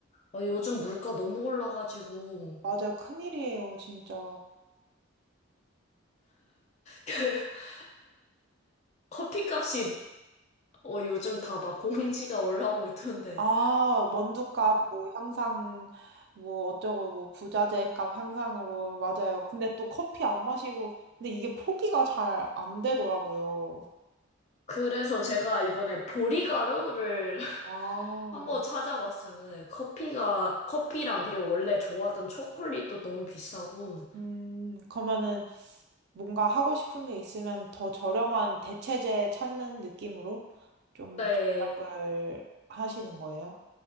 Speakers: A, on the left; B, on the right.
A: 어, 요즘 물가 너무 올라가지고
B: 맞아요. 큰일이에요, 진짜.
A: <laughs> 커피값이 어, 요즘 다 막 공지가 올라오고 있던데.
B: 아, 원두값, 뭐, 향상, 뭐, 어쩌고, 뭐, 부자재 값 향상으로, 맞아요. 근데 또 커피 안 마시고, 근데 이게 포기가 잘 안 되더라고요.
A: 그래서 제가 이번에 보리가루를 <laughs>
B: 아,
A: 한번 찾아봤어요. 네, 커피가, 커피랑 그리고 원래 좋아하던 초콜릿도 너무 비싸고.
B: 음, 그러면은 뭔가 하고 싶은 게 있으면 더 저렴한 대체재 찾는 느낌으로 좀
A: 네,
B: 절약을 하시는 거예요?